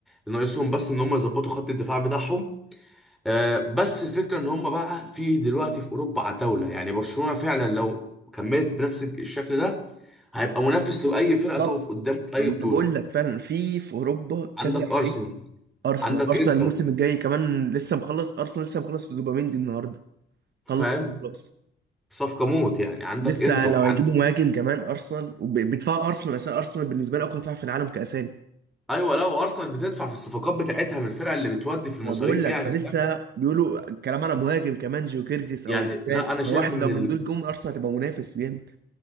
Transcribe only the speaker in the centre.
ناقصهم بس ان هم يظبطوا خط الدفاع بتاعهم آه بس الفكره ان هم بقى في دلوقتي في اوروبا عتاوله يعني برشلونه فعلا لو كملت بنفس الشكل ده هيبقى منافس لاي فرقه
تقف قدامه في اي
بطوله
عندك
ارسنال
عندك
انتر
فاهم
صفقه موت يعني عندك
انتر
عندك
ايوه لو ارسنال بتدفع في الصفقات بتاعتها من الفرقه اللي بتودي في المصاريف
يعني
فاهم
يعني
لا انا شايف
ان